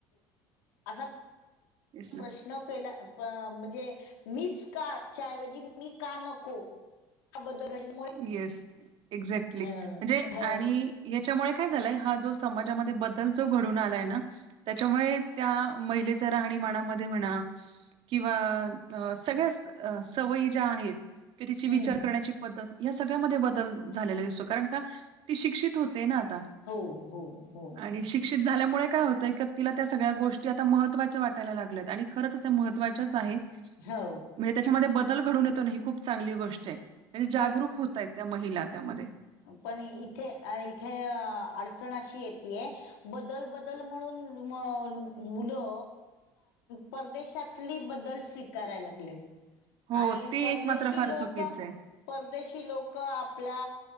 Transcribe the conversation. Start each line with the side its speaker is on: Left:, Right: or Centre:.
Left: असा
Right: तेच ना.
Left: प्रश्न केला अ प म्हणजे मीच का त्याच्या मी का नको हा बदल घडल्यामुळे
Right: येस एक्झॅक्टली
Left: ह
Right: म्हणजे
Left: ह
Right: आणि त्याच्यामुळे काय झालाय हा जो समाजामध्ये बदल जो घडून आलाय ना त्याच्यामुळे त्या महिलेचा राहणीमानामध्ये म्हणा किंवा सगळ्या सवयी ज्या आहेत किवा तिची
Left: हम्म
Right: विचार करण्याची पद्धत या सगळ्यामध्ये बदल झालेला दिसतो कारण का ती शिक्षित होते ना आता
Left: हो हो हो
Right: आणि शिक्षित झाल्यामुळे काय होतंय तिला त्या सगळ्या गोष्टी आता महत्त्वाच्या वाटायला लागल्यात आणि खरंच त्या महत्त्वाच्याच आहेत
Left: हो
Right: म्हणजे त्याच्यामध्ये बदल घडून येतो ना ही खूप चांगली गोष्ट आहे म्हणजे जागरूक
Left: पण
Right: होतय त्या महिला त्यामध्ये
Left: पण इथे इथे अडचण अशी येते बदल बदल म्हणून नो नो परदेशातली बदल कराय लागले
Right: हो,
Left: आणि हे
Right: ते
Left: परदेशी
Right: एक मात्र फार
Left: लोक
Right: चुकीचं आहे.
Left: परदेशी लोक आपला